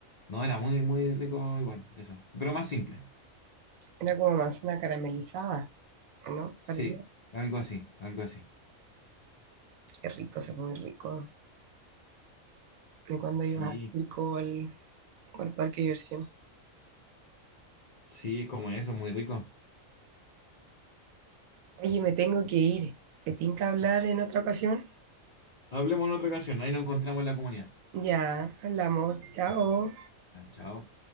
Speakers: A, on the left; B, on the right.
A: No, era muy, muy rico igual, eso. Pero más simple.
B: Era como manzana caramelizada, ¿no?
A: Sí,
B: Parecía
A: algo así, algo así.
B: qué rico, se muy rico. de cuando
A: Sí,
B: ibas al circo o al, o al parque de diversiones.
A: sí, como eso, muy rico.
B: Oye, me tengo que ir. ¿Te tinca hablar en otra ocasión?
A: Hablemos en otra ocasión, ahí nos encontramos en la comunidad.
B: Ya, hablamos. Chao.
A: Ah, Chao.